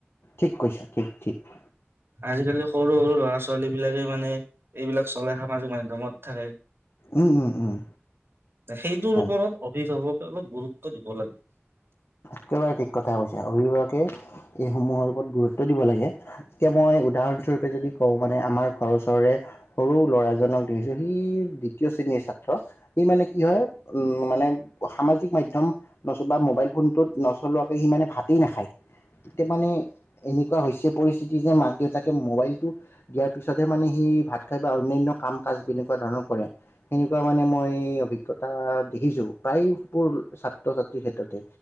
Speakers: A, on the left; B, on the right.
A: ঠিক কৈছািকিক
B: আজিকালি সৰু সৰু ল'ৰা ছোৱালী বিলাকে মানে এইবিলাক চলে সামাজিক মাধ্যমত থাকে।
A: উম উম উম
B: সেইটোৰ
A: হয়
B: ওপৰত অভিভাৱক অলপ গুৰুত্ব দিব লাগে।
A: একেবাৰে ঠিক কথা কৈছে, অভিভাৱকে এইসমূহৰ ওপৰত গুৰুত্ব দিব লাগে। এতিয়া মই উদাহৰণস্বৰূপে যদি কওঁ মানে আমাৰ ঘৰৰ ওচৰৰে সৰু ল'ৰাজনক দেখিছো সি দ্বিতীয় শ্ৰেণীৰ ছাত্ৰ সি মানে কি হয় মানে সামাজিক মাধ্যম নতুবা মোবাইল ফোনটোত নচলোৱাকৈ সিমানে ভাতেই নাখায়। এতিয়া মানে এনেকুৱা হৈছে পৰিস্থিতি যে মাক দেউতাকে মোবাইলটো দিয়াৰ পিছতহে মানে সি ভাত খাই বা অন্যান্য কাম কাজ তেনেকুৱা ধৰণৰ কৰে। সেনেকুৱা মানে মই অভিজ্ঞতা দেখিছোঁ প্ৰায়বোৰ ছাত্ৰ ছাত্ৰীৰ ক্ষেত্ৰতে।